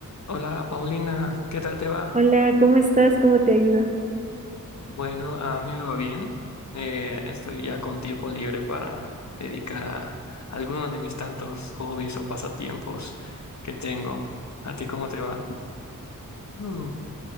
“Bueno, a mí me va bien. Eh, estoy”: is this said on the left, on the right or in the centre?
Left